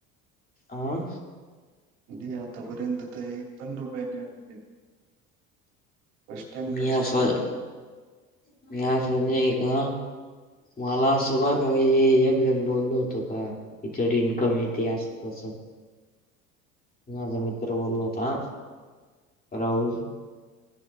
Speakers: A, on the left (about 20°); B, on the right (about 60°).
A: आं
B: नाही आतापर्यंत तर एक पन्न रुपयाने आलेले. फर्स्ट टाइम अभ्यास
A: मी असं
B: करतोय मी.
A: <inaudible> मला सुब का एक जण बोललो होतो का याच्यावर इन्कम येते असं तस माझा मित्र बोलला होता राहुल